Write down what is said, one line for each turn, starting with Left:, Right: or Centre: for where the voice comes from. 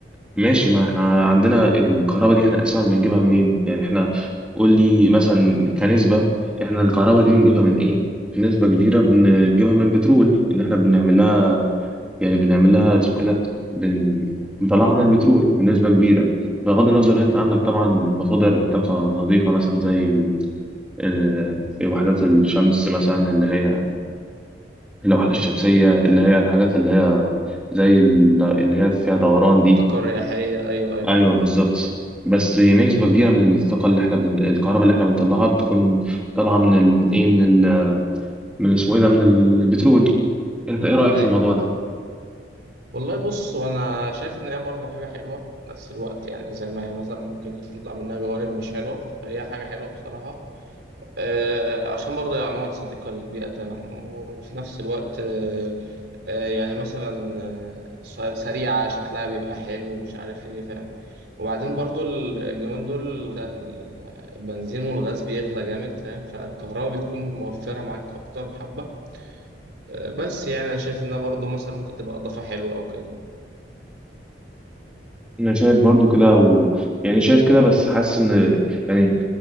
Centre: ماشي ما احنا عندنا الكهرباء دي احنا اساسا بنجيبها منين يعني احنا قول لي مثلا كنسبة احنا الكهرباء دي بنجيبها من ايه في نسبة كبيرة بن- بنجيبها من بترول ان احنا بنعمل لها يعني بنعمل لها اسمه ايه ده بن... بنطلع لنا البترول بنسبة كبيرة بغض النظر إن انت عندك طبعا مصادر طاقة نظيفة مثلا زي ال... آه، وحدات الشمس مثلا اللي هي اللوحات الشمسية اللي هي الحاجات اللي هي زي ال- اللي هي فيها دوران دي
Right: طاقة رياحية ايوه ايوه
Centre: ايوه بالظبط بس نسبة كبيرة من الطاقة اللي احنا بن... الكهرباء اللي احنا بنطلعها بتكون طالعة من ال... من ايه من ال... من اسمه ايه ده من البترول انت ايه رأيك
Right: ايوه
Centre: في الموضوع
Right: ايوه
Centre: ده؟
Right: والله بص وانا شايف ان هي برضه حاجه حلوه في نفس الوقت يعني زي ما هي مثلا ممكن يطلع منها جوانب مش حلوه فهي حاجه حلوه بصراحه آه، عشان برضه يا عموما صديقة للبيئة تمام وفي نفس الوقت آه، آه، يعني مثلا آه، س- سريعة شكلها بيبقى حلو ومش عارف ايه فاهم وبعدين برضه ال- اليومين دول الغ- ال- البنزين والغاز بيغلى جامد فاهم فالكهرباء بتكون موفرة معاك أكتر بحبة آه، بس يعني أنا شايف إنها برضه مثلا ممكن تبقى إضافة حلوة أو كده
Centre: انا شايف برضو كده و... يعني شايف كده بس حاسس ان يعني